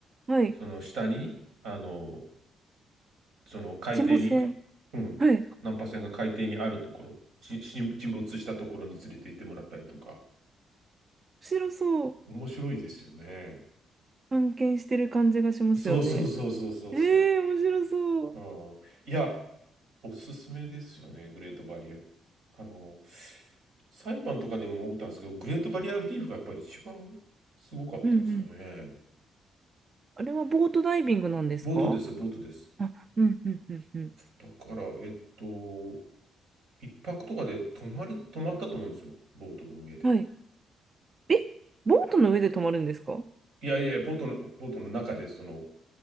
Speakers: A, on the right; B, on the right.
A: はい。
B: その下に、あの、その海底に、
A: 沈没船。
B: うん、
A: はい。
B: 難破船が海底にあるところ、ち沈沈没したところに連れて行ってもらったりとか、
A: 白そう。
B: 面白いですよね。
A: 探検してる感じがしますよね。
B: そうそうそうそうそうそ
A: えー、面白そう。
B: う。うん、いや、おすすめですよね、グレートバリア。あの、サイパンとかでも思ったんですけど、グレートバリアリーフがやっぱり一番すごかったですよね。
A: うんうん。あれはボートダイビングなんですか
B: ボートです、ボートです。
A: あ、うんうんうんうん。
B: だから、えっと、一泊とかで泊まり、泊まったと思うんですよ、ボートの上で。
A: はい。え、ボートの上で泊まるんですか
B: いやいや、ボートの、ボートの中で、その、